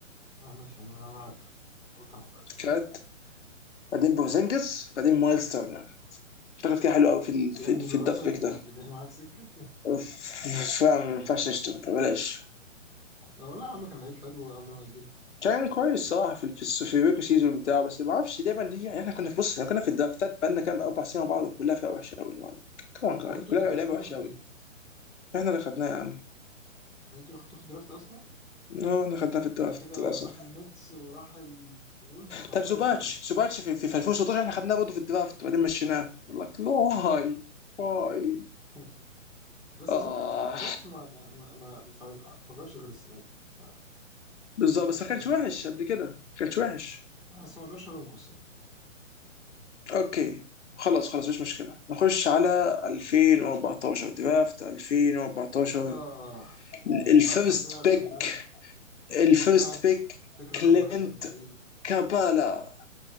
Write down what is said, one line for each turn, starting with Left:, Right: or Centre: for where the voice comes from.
Centre: ما ماشي انا انا عارف قلت انا ما اقدرش
Left: كات بعدين بوزنجس بعدين مايلز تيرنر اشتغلت كده حلو قوي في ال-
Centre: دي
Left: في
Centre: انجلو
Left: في الدب
Centre: راسل
Left: بيك
Centre: مش
Left: ده
Centre: جاي معاك سكه
Left: ف- فاهم ما ينفعش نشتغل بلاش
Centre: لا والله يا عم كان لعيب حلو قبل ما يجيلكوا
Left: كان كويس صراحه في في الس- في البيكو سيزون بتاعه بس ما اعرفش دايما دي يعني احنا كنا في بص احنا كنا في الدرافتات بقالنا كام اربع سنين مع بعض كلها فيها وحشه قوي لوحدك كمان جاي
Centre: هو انتوا
Left: كلها
Centre: اللي درافتوه
Left: لعيبه وحشه
Centre: ولا
Left: قوي
Centre: نيتس
Left: احنا اللي خدناها يا عم
Centre: يعني انتوا اللي خدتوه في الدرافت اصلا
Left: اه احنا خدناها في الدرافت
Centre: بعد كده
Left: للاسف
Centre: راح النتس وراح الولفز وبعد
Left: طب
Centre: كده
Left: زوباتش
Centre: رجع لكم تاني
Left: زوباتش في, في, في 2016 احنا خدناه برضه في الدرافت وبعدين مشيناه لك واي واي
Centre: <laughs> هم. بس
Left: اه
Centre: زوباتش زوباتش ما ما ما ما ما فعل- ما فجرش غير السنه دي ف ما
Left: بالظبط
Centre: اقدرش
Left: بس ما
Centre: الومكم
Left: كانش وحش
Centre: الصراحه
Left: قبل كده ما كانش وحش
Centre: آه، بس ما اقدرش الومكم الصراحه
Left: اوكي خلاص خلاص مش مشكله نخش على 2014 درافت 2014
Centre: اه
Left: الفيرست
Centre: احسن لاعب
Left: بيك
Centre: في الدرافت
Left: الفيرست
Centre: اللاعب
Left: بيك
Centre: فكره
Left: كلينت
Centre: رقم 41
Left: كابالا